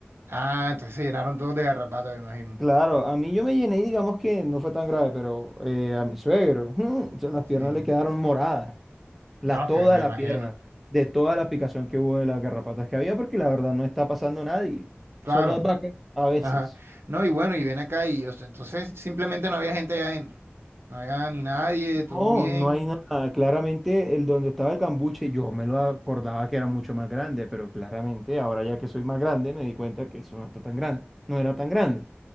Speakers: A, on the right; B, in the centre.
A: Ah, entonces se llenaron todos de garrapatas, me imagino.
B: Claro, a mí yo me llené y digamos que no fue tan grave, pero eh, a mi suegro, <laughs> o sea, las piernas
A: Sí.
B: le quedaron moradas, la,
A: No,
B: toda
A: que me
B: la
A: imagino.
B: pierna, de toda la picación que hubo de las garrapatas que había, porque la verdad no está pasando a nadie,
A: Claro.
B: solo las vacas a veces.
A: Ajá. No, y bueno, y ven acá y o sea, entonces simplemente no había gente allá adentro. No había ni nadie, todo
B: No,
A: bien.
B: no hay nada, claramente el donde estaba el cambuche, yo me lo acordaba que era mucho más grande, pero claramente ahora ya que soy más grande me di cuenta que eso no está tan grande, no era tan grande.